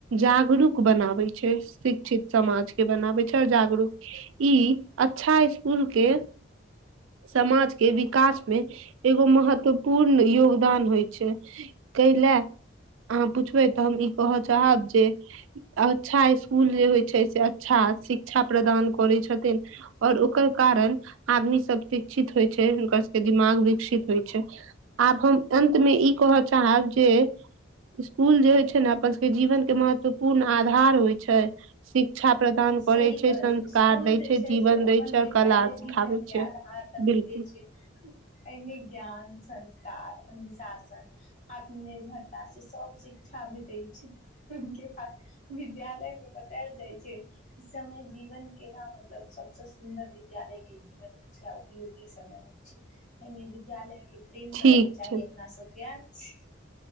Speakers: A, on the right (about 80°); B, on the left (about 35°).
A: जागरूक बनाबै छै शिक्षित समाज के बनाबै छै और जागरूक ई अच्छा स्कूल के समाज के विकास में एगो महत्वपूर्ण योगदान होइ छै कइला अहाँ पुछबै तऽ हम ई कहअ चाहब जे अच्छा स्कूल जे होइ छै से अच्छा शिक्षा प्रदान करै छथिन और ओकर कारण आदमी सब शिक्षित होइ छै हुनकर सबके दिमाग विकसित होइ छै आब हम अंत में ई कहअ चाहब जे स्कूल जे होइ छै ने अपन सबके जीवन के महत्वपूर्ण आधार होइ छै शिक्षा प्रदान परै
B: सही
A: छै
B: कहलू
A: संस्कार
B: स्कूल
A: दै
B: जे
A: छै जीवन
B: से
A: दै
B: अपन
A: छै और
B: विद्यालय
A: कला सिखाबै
B: जीवन के
A: छै
B: आधार तऽ होइते
A: बिलकुल
B: छै एहिमें ज्ञान, संस्कार, अनुशासन आत्मनिर्भरता से सब शिक्षा भेटै छै हूं के बाद विद्यालय में बतैल जाइ छै इ समय जीवन केना मतलब सब स सुन्दर विद्यालय के जीवन में छै उपयोगी समय होइ छै एहिमें विद्यालय के प्रेम
A: ठीक
B: कर के चाही
A: छै
B: अपना सबके